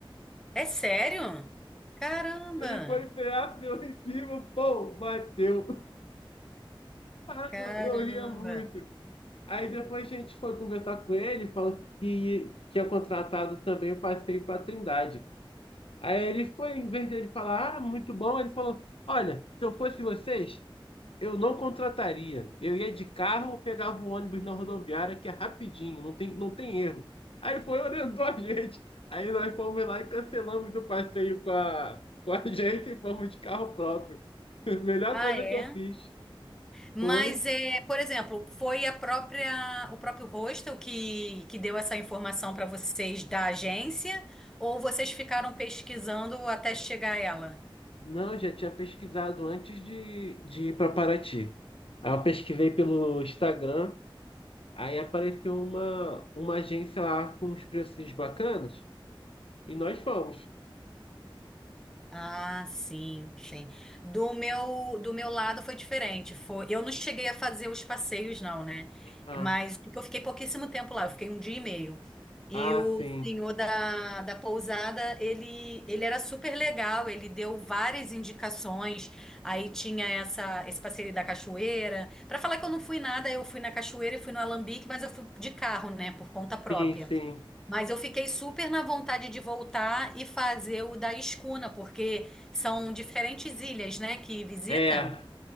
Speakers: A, in the centre; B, on the left.
A: É sério? Caramba!
B: Ele foi frear, freou em cima, pô, bateu. Ai,
A: Caramba!
B: eu, eu ria muito. Aí depois a gente foi conversar com ele, falando que tinha contratado também o passeio para Trindade. Aí ele foi, em vez dele falar, ah, muito bom, ele falou: Olha, se eu fosse vocês, eu não contrataria. Eu ia de carro ou pegava o ônibus na rodoviária, que é rapidinho, não tem, não tem erro. Aí foi orientou a gente. Aí nós fomos lá e cancelamos o passeio com a, com a <laughs> gente e fomos de carro próprio. <laughs> Melhor
A: Ah,
B: coisa
A: é?
B: que eu fiz
A: Mas,
B: foi.
A: é, por exemplo, foi a própria, o próprio hostel que, que deu essa informação para vocês da agência? Ou vocês ficaram pesquisando até chegar a ela?
B: Não, já tinha pesquisado antes de, de ir para Paraty. Aí eu pesquisei pelo Instagram, aí apareceu uma, uma agência lá com uns preços bacanas e nós fomos.
A: Ah, sim, sim. Do meu, do meu lado foi diferente. Foi, eu não cheguei a fazer os passeios, não, né?
B: Ah,
A: Mas porque eu fiquei pouquíssimo tempo lá, eu fiquei um dia e meio. E
B: ah,
A: o
B: sim.
A: senhor da, da pousada, ele, ele era super legal, ele deu várias indicações. Aí tinha essa, esse passeio da cachoeira. Para falar que eu não fui nada, eu fui na cachoeira e fui no Alambique, mas eu fui de carro, né, por conta própria.
B: Sim, sim.
A: Mas eu fiquei super na vontade de voltar e fazer o da Escuna, porque são diferentes ilhas, né, que visita.
B: É,